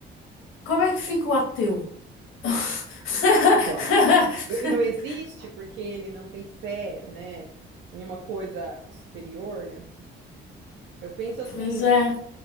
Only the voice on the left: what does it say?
como é que fica o ateu? <laughs>
Pois é.